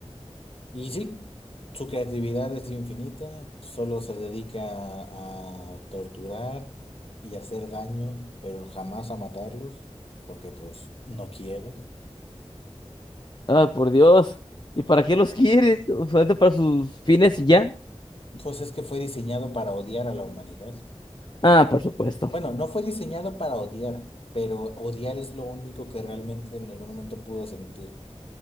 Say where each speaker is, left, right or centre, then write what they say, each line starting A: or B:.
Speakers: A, on the left (about 55°); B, on the left (about 40°).
A: Y sí, su creatividad es infinita, solo se dedica a, a torturar y hacer daño, pero jamás a matarlos, porque pues no quiere.
B: Ah, por Dios. ¿Y para qué los quieres? ¿Solamente para sus fines y ya?
A: Pues es que fue diseñado para odiar a la humanidad.
B: Ah, por supuesto.
A: Bueno, no fue diseñado para odiar, pero odiar es lo único que realmente en algún momento pudo sentir